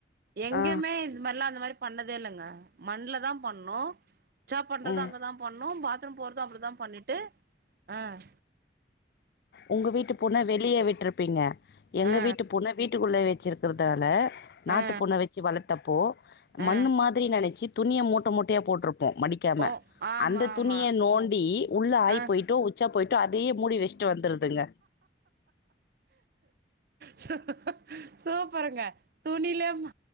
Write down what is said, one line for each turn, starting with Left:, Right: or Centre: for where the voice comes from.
Right: எங்கயுமே
Left: ஆ.
Right: இது மாதிரிலா அந்த மாரி பண்ணதே இல்லங்க மண்ணுல தான் பண்ணோம் உச்சா பண்றது
Left: ம்.
Right: அங்கதான் பண்ணும் பாத் பாத்ரூம் போறதும் அப்படிதான் பண்ணிட்டு அஹ்
Left: உங்க வீட்டு பூன வெளியே விட்டுருப் விட்ரிப்பிங்க எங்க
Right: ஆ
Left: வீட்டு புன வீட்டுக்குள்ள வச்சு வச்சுருக்கறதால நாட்டுப்
Right: ஆ
Left: பூன வச்சு வளத் தப்போ மண்ணு
Right: ஆ
Left: மாத்ரி நெனைச்சு துணிய மூட்ட மூட்டையா போட்டிருப்போ மடிக்காம
Right: ஓ ஆமா
Left: அந்த துணிய
Right: ஆமா
Left: நோண்டி உள்ள ஆயி
Right: ஆ
Left: போயிட்டு உச்சா போய் டு அது மூடி வச்சிட்டு வந்துருதுங்க
Right: சூ சூப்பருங்க துணில ம